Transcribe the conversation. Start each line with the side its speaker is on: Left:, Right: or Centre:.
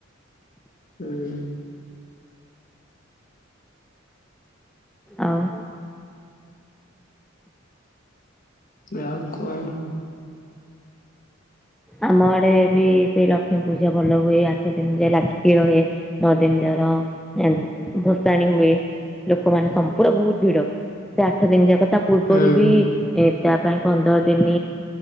Left: ହୁଁ।
Centre: ଆଉ
Left: ଆଉ କଣ
Centre: ଆମ ଆଡେ ବି ସେଇ ଲକ୍ଷ୍ମୀ ପୂଜା ଭଲ ହୁଏ ଆଠ ଦିନ ଯାଏ ଲାଗିକି ରହେ। ନଅ ଦିନ ଯର ଏନ୍ତି ଭସାଣି ହୁଏ ଲୋକମାନେ ସମ୍ପୂର୍ଣ ବହୁତ ଭିଡ ସେ ଆଠ ଦିନ ଯାକ ତା ପୂର୍ବରୁ
Left: ହୁଁ।
Centre: ବି ଏ ତା ପାଇଁ ପନ୍ଦର ଦିନ